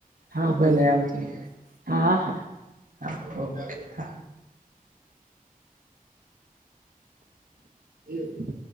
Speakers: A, on the right; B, on the right.
A: हा
B: पोइ ॻाल्हायांव
A: भले
B: थी
A: हा-हा
B: हा ओके हा
A: जी